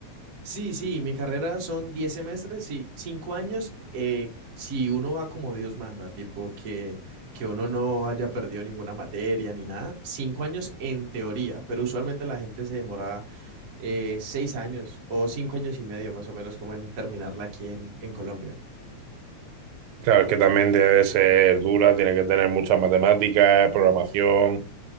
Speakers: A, on the right; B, on the right.
A: Sí, sí, mi carrera son 10 semestres, sí, 5 años, eh, si uno va como Dios manda, tipo que, que uno no haya perdido ninguna materia ni nada, 5 años en teoría, pero usualmente la gente se demora eh, 6 años o 5 años y medio más o menos como en terminarla aquí en, en Colombia.
B: Claro, es que también debe ser dura, tiene que tener muchas matemáticas, programación,